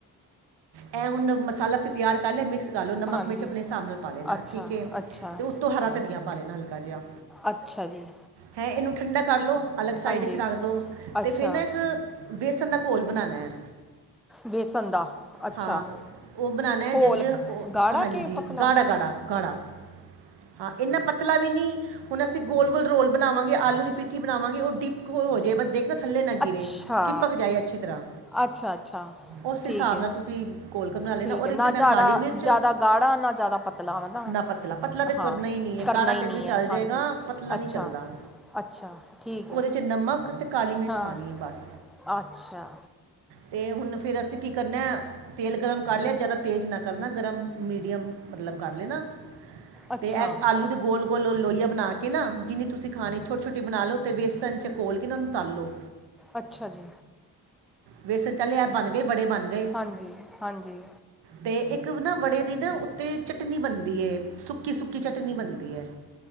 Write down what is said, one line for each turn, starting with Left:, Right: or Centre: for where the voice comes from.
Right: ਐਂ, ਹੁਣ ਮਸਾਲਾ ਅਸੀਂ ਤਿਆਰ ਕਰ ਲਿਆ। ਮਿਕਸ ਕਰ ਲੋ ਨਮਕ
Centre: ਹਾਂਜੀ
Right: ਮਿਰਚ ਆਪਣੇ ਹਿਸਾਬ ਨਾਲ ਪਾ ਲੈਣਾ
Centre: ਅੱਛਾ
Right: ਠੀਕ ਐ ਅਤੇ
Centre: ਅੱਛਾ
Right: ਤੂੰ ਹਰਾ ਧਨੀਆ ਪਾ ਲੈਣਾ ਹਲਕਾ ਜਿਹਾ
Centre: ਅੱਛਾ ਜੀ
Right: ਹੈਂ ਇਹਨੂੰ ਠੰਡਾ ਕਰ ਲਉ। ਅਲੱਗ ਸਾਈਡ
Centre: ਹਾਂਜੀ
Right: ਵਿੱਚ ਰੱਖ ਲਉ
Centre: ਅੱਛਾ
Right: ਤੇ ਫਿਰ ਨਾ ਇੱਕ। ਵੇਸਣ ਦਾ ਘੋਲ ਬਣਾਉਣਾ ਹੈ।
Centre: ਵੇਸਣ ਦਾ। ਅੱਛਾ
Right: ਹਾਂ ਉਹ ਬਣਾਉਣਾ ਹੈ
Centre: ਘੋਲ
Right: ਜੰਝ ਉਹ
Centre: ਗਾੜਾ
Right: ਹਾਂਜੀ
Centre: ਕਿ ਪਤਲਾ
Right: ਗਾੜਾ ਗਾੜਾ ਗਾੜਾ। ਹਾਂ ਇੰਨਾ ਪਤਲਾ ਵੀ ਨਹੀਂ। ਹੁਣ ਅਸੀਂ ਗੋਲ- ਗੋਲ ਰੋਲ ਬਣਾਵਾਂਗੇ, ਆਲੂ ਦੀ ਪਿੱਠੀ ਬਣਾਵਾਂਗੇ, ਉਹ ਡਿਪ ਹੋ ਜੇ ਬ ਦੇ ਨਾ ਥੱਲੇ ਨਾ
Centre: ਅੱਛਾ
Right: ਗਿਰੇ, ਚਿਪਕ ਜਾਏ ਅੱਛੀ ਤਰ੍ਹਾਂ,
Centre: ਅੱਛਾ ਅੱਛਾ
Right: ਉਸ
Centre: ਠੀਕ
Right: ਹਿਸਾਬ
Centre: ਹੈ
Right: ਨਾਲ ਤੁਸੀਂ ਘੋਲਕੇ ਬਣਾ ਲੈ
Centre: ਠੀਕ
Right: ਨਾ, ਉਹਦੇ
Centre: ਹੈ
Right: 'ਚ ਮੈਂ
Centre: ਜਾੜਾ
Right: ਕਾਲੀ ਮਿਰਚ,
Centre: ਜ਼ਿਆਦਾ ਗਾੜਾ ਨਾ ਜ਼ਿਆਦਾ ਪਤਲਾ ਹੈ ਨਾ
Right: ਨਮਕ ਪਤਲਾ ਤੇ
Centre: ਹਾਂ
Right: ਕਰਨਾ ਹੀ ਨਹੀਂ ਹੈ।
Centre: ਕਰਨਾ
Right: ਗਾੜਾ
Centre: ਹੀ
Right: ਫਿਰ
Centre: ਨਹੀਂ
Right: ਵੀ
Centre: ਹੈ
Right: ਚੱਲ ਜਾਏਗਾ,
Centre: ਹਾਂਜੀ
Right: ਪਤਲਾ
Centre: ਅੱਛਾ
Right: ਨਹੀਂ ਚੱਲਦਾ।
Centre: ਅੱਛਾ ਠੀਕ
Right: ਉਹਦੇ
Centre: ਹੈ
Right: 'ਚ ਨਮਕ ਤੇ ਕਾਲੀ ਮਿਰਚ
Centre: ਹਾਂ
Right: ਪਾਉਣੀ ਏ ਬਸ,
Centre: ਅੱਛਾ
Right: ਤੇ ਹੁਣ ਫੇਰ ਅਸੀਂ ਕੀ ਕਰਨਾ ਤੇਲ ਗਰਮ ਕਰ ਲਿਆ, ਜ਼ਿਆਦਾ ਤੇਜ਼ ਨਾ ਕਰਨਾ ਗਰਮ, ਮੀਡੀਅਮ। ਮਤਲਬ ਕਰ ਲੈ ਨਾ,
Centre: ਅੱਛਾ
Right: ਤੇ ਇਹ ਆਲੂ ਦੇ ਗੋਲ ਲੋ ਲੋਹੀਆ ਬਣਾ ਕੇ ਨਾ, ਜਿੰਨੀ ਤੁਸੀਂ ਖਾਣੇ, ਛੋਟੀ -ਛੋਟੀ ਬਣਾ ਲਉ ਤੇ ਬੇਸਨ 'ਚ ਘੋਲ ਕੇ ਨਾ ਉਹਨਾਂ ਨੂੰ ਤਲ ਲਓ
Centre: ਅੱਛਾ ਜੀ
Right: ਵੇਸਣ ਚੱਲ, ਐਹ ਬਣ ਗਏ ਬੜੇ ਬਣ ਗਏ
Centre: ਹਾਂਜੀ, ਹਾਂਜੀ
Right: ਤੇ ਇੱਕ ਨਾ ਵੜੇ ਦੀ ਨਾ ਉੱਤੇ, ਚਟਨੀ ਬਣਦੀ ਹੈ, ਸੁੱਕੀ- ਸੁੱਕੀ ਚਟਨੀ ਬਣਦੀ ਹੈ